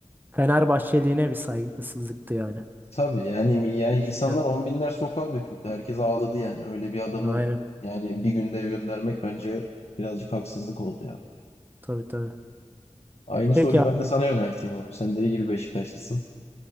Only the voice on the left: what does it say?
Tabii yani,
yani
insanlar on binler sokağa döküldü. Herkes ağladı yani. Öyle bir adamı
yani bir günde göndermek bence birazcık haksızlık oldu ya.
Aynı
soruyu
ben de sana yönelteyim abi. Sen de iyi bir Beşiktaşlısın.